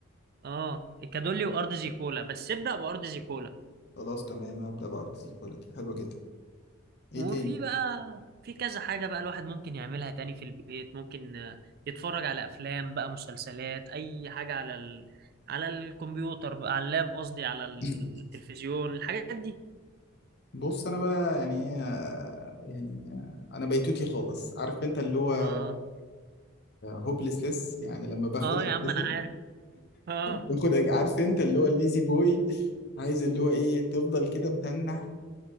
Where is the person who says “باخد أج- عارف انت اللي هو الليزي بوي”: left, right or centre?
Left